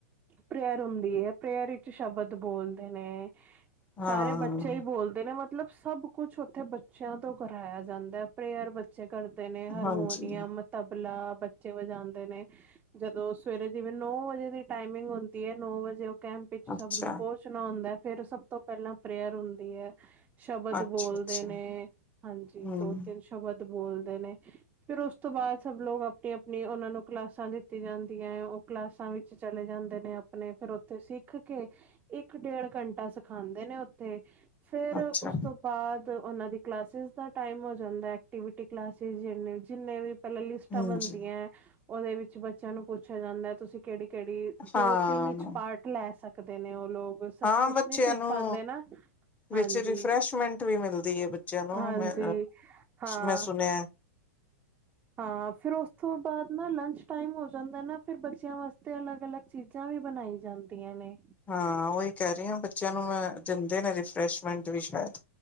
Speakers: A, on the right; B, on the left.
A: ਪ੍ਰੇਅਰ ਹੁੰਦੀ ਏ। ਪ੍ਰੇਅਰ ਵਿਚ ਸ਼ਬਦ ਬੋਲਦੇ ਨੇ
B: ਹਾਂ
A: ਸਾਰੇ ਬੱਚੇ ਈ ਬੋਲਦੇ ਨੇ ਮ ਮਤਲਬ ਸਭ ਕੁਛ ਉੱਥੇ ਬੱਚਿਆਂ ਤੋਂ ਕਰਇਆ ਜੈਂਦਾ ਐ। ਪ੍ਰੇਅਰ ਬੱਚੇ ਕਰਦੇ ਨੇ ਹਾਰਮੋਨੀਅਮ
B: ਹਾਂਜੀ
A: ਤਬਲਾ ਬੱਚੇ ਵਜਾਂਦੇ ਨੇ। ਜਦੋਂ ਸਵੇਰੇ ਜਿਵੇਂ ਨੋ ਵਜੇ ਦੀ ਟਾਈਮਿੰਗ ਹੁੰਦੀ ਏ। ਨੋ ਵਜੇ ਕੈਂਪ ਵਿੱਚ ਸਭ
B: ਅੱਛਾ
A: ਨੂੰ ਪਹੁੰਚਨਾ ਹੁੰਦਾ। ਫੇਰ ਸਭ ਤੋਂ ਪੈਲਾਂ ਪ੍ਰੇਅਰ ਹੁੰਦੀ ਐ। ਸ਼ਬਦ
B: ਅੱਛਾ
A: ਬੋਲਦੇ
B: ਅੱਛਾ
A: ਨੇ ਹਂਜੀ,
B: ਹਮ
A: ਦੋ ਤਿੰਨ ਸ਼ਬਦ ਬੋਲਦੇ ਨੇ। ਫਿਰ ਉਸ ਤੋਂ ਬਾਦ ਸਭ ਲੋਕ ਅਪਨੀ ਅਪਨੀ ਉਨਾਂ ਨੂੰ ਕਲਾਸਾਂ ਦਿੱਤੀ ਜੈਂਦੀਆਂ ਔ। ਕਲਾਸਾਂ ਵਿੱਚ ਚਲੇ ਜਾਂਦੇ ਨੇ ਅਪਨੇ ਫੇਰ ਔ। ਸਿੱਖ ਕੇ ਇੱਕ ਡੇਢ ਘੰਟਾ ਸਿਖਾਂਦੇ ਨੇ ਉੱਥੇ। ਫੇਰ
B: ਅੱਛਾ
A: ਉਸ ਤੋਂ ਬਾਦ ਉਨਾਂ ਦੀ ਕਲਾਸਿਸ ਦਾ ਟਾਈਮ ਹੋ ਜੈਂਦਾ। ਐਕਟੀਵਿਟੀ ਕਲਾਸਿਸ ਜਿੰਨੇ ਜਿੰਨੇ ਵੀ ਪੈਲਾਂ ਲਿਸਟਾਂ
B: ਹਾਂਜੀ
A: ਬਨਦੀਆਂ ਔਦੇ ਵਿੱਚ ਬੱਚਿਆਂ ਨੂੰ ਪੁੱਛਿਆ ਜੈਂਦਾ ਐ। ਤੁਸੀਂ ਕੇੜੀ ਕੇੜੀ ਦੋ
B: ਹਾਂ
A: ਤਿੰਨ ਇੱਚ ਪਾਰਟ ਲੈ ਸਕਦੇ ਨੇ ਔ ਲੋਕ। ਸਭ
B: ਹਾਂ
A: ਕੁਛ
B: ਬੱਚਿਆਂ
A: ਨੀ ਸਿੱਖ
B: ਨੂੰ
A: ਪਾਂਦੇ ਨਾ।
B: ਵਿੱਚ
A: ਹਂਜੀ,
B: ਰਿਫਰੈਸ਼ਮੈਂਟ ਵੀ ਮਿਲਦੀ ਹੈ ਬੱਚਿਆਂ ਨੂੰ
A: ਹਂਜੀ
B: ਮੈਂ
A: ਹਾਂ।
B: ਮੈਂ ਸੁਣਿਆ
A: ਹਾਂ ਫੇਰ ਉਸ ਤੋਂ ਬਾਦ ਨਾ ਲੰਚ ਟਾਈਮ ਹੋ ਜੈਂਦਾ ਨਾ। ਫਿਰ ਬੱਚਿਆਂ ਵਾਸਤੇ ਅਲੱਗ ਅਲੱਗ ਚੀਜ਼ਾਂ ਵੀ ਬਨਾਈ ਜਾਂਦੀਆਂ ਨੇ।
B: ਹਾਂ ਔਹੀ ਕਹਿ ਰਹੀ ਹਾਂ ਬੱਚਿਆਂ ਨੂੰ ਦਿੰਦੇ ਨੇ ਰਿਫਰੈਸ਼ਮੈਂਟ ਵੀ ਸ਼ਾਇਦ।